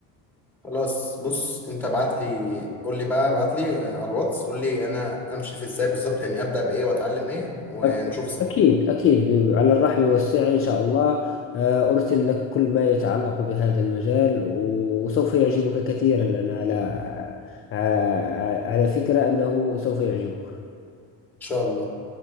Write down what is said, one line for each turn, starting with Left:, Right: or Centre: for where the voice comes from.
Centre: خلاص بص انت ابعت لي قول لي بقى ابعت لي على الواتس قول لي انا امشي في ازاي بالظبط يعني ابدا بايه واتعلم ايه ونشوف
Left: أك-
Centre: سوا
Left: أكيد أكيد ب- على الرحب والسعة إن شاء الله آه، أرسل لك كل ما يتعلق بهذا المجال وسوف يعجبك كثيرا أنا على ع- ع- على فكرة أنه سوف يعجبك
Centre: ان شاء الله